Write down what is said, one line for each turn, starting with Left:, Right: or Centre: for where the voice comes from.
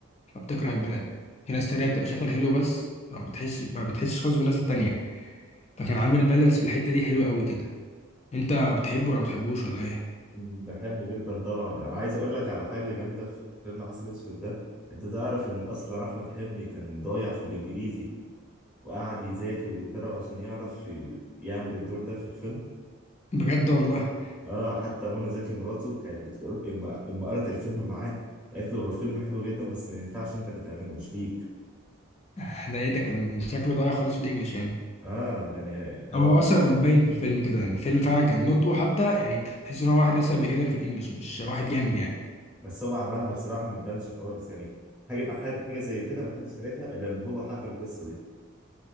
Left: فبتكره البلد في ناس تانية بتبقى شايفة الحلو بس ما بتحسش ما بتحسش خالص بالناس التانية فكان عامل بالانس في الحتة دي حلوة قوي كده انت بتحبه ولا ما بتحبوش ولا ايه
Centre: مم، بحبه جدا طبعا انا عايز اقول لك على حاجة جامدة في فيلم عسل اسود ده انت تعرف ان اصلا احمد حلمي كان ضايع في الانجليزي وقعد يذاكر ويتدرب عشان يعرف ي- يعمل الدور ده في الفيلم
Left: بجد والله
Centre: اه حتى منى زكي مراته كانت بتقول اما اما قرأت الفيلم معاه قالت له هو الفيلم حلو جدا بس ما ينفعش انت اللي تعمله مش ليك
Left: <laughs> ده ايه ده كان شكله ضايع خالص في الانجليش يعني
Centre: اه يعني هو
Left: اما هو اصلا باين في الفيلم كده يعني الفيلم فعلا كان نطقه حتى يعني تحس ان هو واحد لسه بيجنر في الانجليش مش واحد جامد يعني
Centre: بس هو عملها بصراحة ما تبانش خالص يعني حاجة حاجة زي كده ما حدش عرفها الا لما هو حكى القصة دي